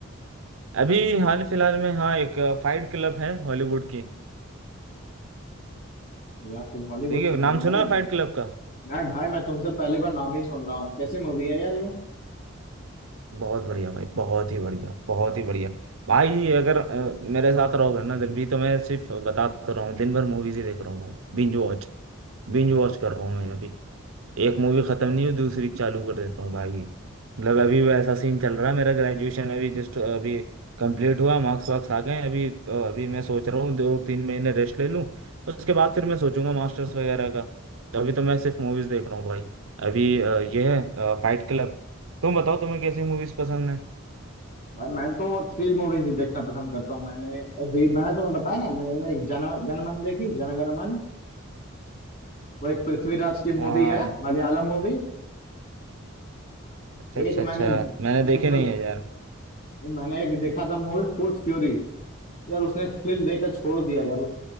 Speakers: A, on the right (about 75°); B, on the left (about 40°).
A: अभी हाल फिलहाल में हाँ एक फाइट क्लब है हॉलीवुड की
B: यार तुम हॉलीवुड
A: देखिए
B: की मूवी
A: नाम
B: मैं
A: सुना
B: तो
A: है फाइट क्लब का
B: मैं भाई मैं तुमसे पहली बार नाम ही सुन रहा हूँ कैसी मूवी है यार ये
A: बहुत बढ़िया भाई बहुत ही बढ़िया बहुत ही बढ़िया भाई अगर अ, मेरे साथ रहोगे ना जब भी तो मैं सिर्फ बताता रहा हूँ दिन भर मूवीज ही देख रहा हूँ भाई बिंज वॉच बिंज वॉच कर रहा हूँ मैं अभी एक मूवी खत्म नहीं हुई दूसरी चालू कर देता हूँ भाई मतलब अभी वैसा सीन चल रहा है मेरा ग्रेजुएशन अभी जस्ट अभी कंप्लीट हुआ मार्क्स वार्क्स आ गए हैं, अभी तो अभी मैं सोच रहा हूँ दो तीन महीने रेस्ट ले लूँ उसके बाद फिर मैं सोचूंगा मास्टर्स वगैरह का तो अभी तो मैं सिर्फ मूवीज देख रहा हूँ भाई अभी अ, ये है फाइट क्लब तुम बताओ तुम्हें कैसी मूवीज पसंद है
B: भाई मैं तो थ्रिल मूवीज ही देखना पसंद करता हूँ मैंने अभी मैंने तुम्हें बताया ना मैंने एक जन जनमन देखी जनगण मन वो एक पृथ्वीराज की
A: हाँ
B: मूवी है मलयालम मूवी
A: अच्छा अच्छा
B: एक
A: अच्छा
B: मैंने
A: मैंने
B: ज्यादा
A: देखे नहीं है यार
B: मैंने एक देखा था मूवी फूट फ्यूरी यार उसने थ्रिल देकर छोड़ दिया यार उस